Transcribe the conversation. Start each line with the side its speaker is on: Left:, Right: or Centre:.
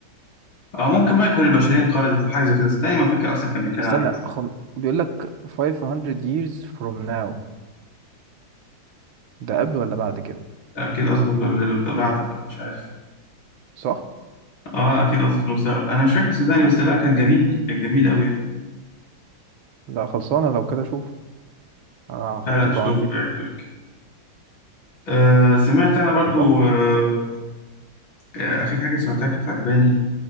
Left: أو ممكن بقى يكون البشرية انقرضت أو حاجة زي كده صدقني ما فاكر أصلا كان بيتكلم
Right: استنى
Left: عن إيه
Right: خم... بيقول لك 500 years from now ده قبل ولا بعد كده
Left: أكيد قصده في- بعد بقى مش عارف
Right: صح
Left: أه
Right: <laughs>
Left: أكيد قصده في المستقبل أنا مش فاكر صدقني بس لا كان جميل كان جميل أوي يعني
Right: لا خلصانه لو كده شوف انا حطيته
Left: لا لا شوفه
Right: عندي
Left: يعجبك آه سمعت أنا برضو
Right: قررت
Left: آه آه، آخر حاجة سمعتها كانت عجباني